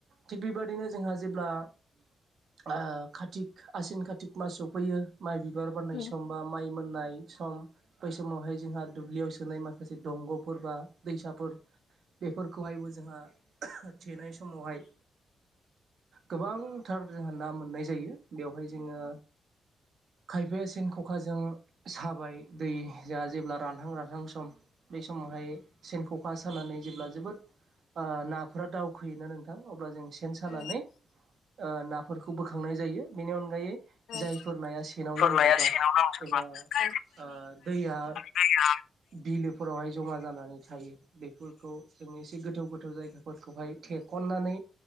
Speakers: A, on the right (about 70°); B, on the left (about 80°).
A: थिग बेबादिनो जोंहा जेब्ला आ कातिक आसिन कातिक मास सफैयो माइ गि बिबार बारनाय
B: उम
A: सम बा माइ मोननाय सम बै समावहाय जोंहा दुब्लियाव सोनाय माखासे दंग' फोर बा दैसाफोर बेफोरखौहायबो जोंहा थेनाय समावहाय गोबां थार जोंहा ना मोननाय जायो। बेवहाय जोङो खायफाया सेन खखाजों साबाय दै जा जेब्ला रानहां रानहां सम। बे समावहाय सेन ख'खा सानानै जेब्ला जोबोद आ नाफोरा दावखोयोना नोंथां अब्ला जों सेन सानानै
B: औ
A: ओ नाफोरखौ बोखांनाय जायो। बिनि अनगायै
B: औ
A: जायफोर नाया सेनाव
B: बोरमाया
A: नां जोबा
B: सेनाव नांजोबो
A: एबा
B: औ
A: ओ दैया
B: नंगौ
A: बिलोफोरावहाय जमा जानानै थायो। बेफोरखौ जों एसे गोथौ गोथौ जायगाफोरखौहाय थेखननानै